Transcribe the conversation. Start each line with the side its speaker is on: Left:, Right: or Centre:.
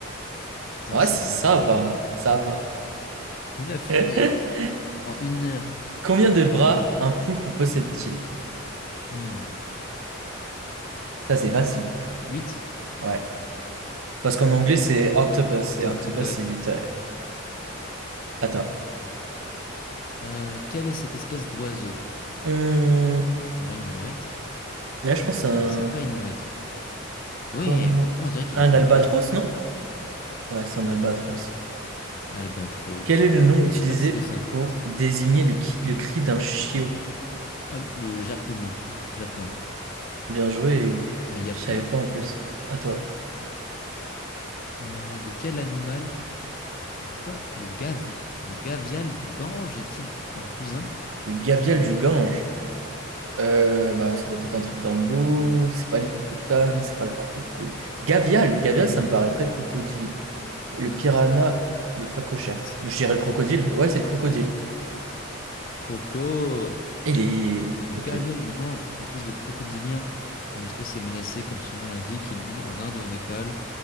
Left: Putain,
Right: Ouais,
Left: c'est
Right: c-
Left: vraiment
Right: ça
Left: ridicule.
Right: va. Ça va.
Left: 9
Right: <laughs>
Left: mètres en une heure.
Right: Combien de bras un poulpe possède-t-il?
Left: Hmm.
Right: Ça, c'est facile.
Left: 8?
Right: Ouais. Parce qu'en anglais, c'est octopus.
Left: Octopus,
Right: Et octopus,
Left: ouais.
Right: c'est huit. ouais. À toi.
Left: Euh, quelle est cette espèce d'oiseau?
Right: Hum,
Left: On dirait une mouette,
Right: Là, je pense à un
Left: mais c'est pas une mouette. Ouais,
Right: cormo-
Left: pourquoi on dirait qu'il
Right: Un
Left: a pas
Right: albatros,
Left: de pattes?
Right: non? Ouais, c'est un albatros.
Left: Albatros.
Right: Quel est le nom utilisé
Left: Je savais pas que c'était ça.
Right: pour désigner le, qui- le cri d'un chiot?
Left: Ah, le jappement. Jappement.
Right: Bien joué.
Left: Ça, yap,
Right: Je savais
Left: yap.
Right: pas en plus. À toi.
Left: Euh, de quel animal? Le quoi? Le gavi... Le gavial du Gange est-il un cousin?
Right: Le gavial du Gange. Euh, bah, ça doit être un truc dans l'eau. C'est pas l'hippopotame, c'est pas le crocodile. Gavial, gavial, ça me paraît très crocodile. Le piranha, le phacochère.
Left: C'est
Right: Je dirais
Left: ah,
Right: le crocodile.
Left: f-
Right: Ouais, c'est le crocodile.
Left: croco.
Right: Il est.
Left: Le
Right: Ok.
Left: gavial du Gange est une espèce de crocodilien dont l'espèce est menacée, comme son nom l'indique. Il vit en Inde et au Népal,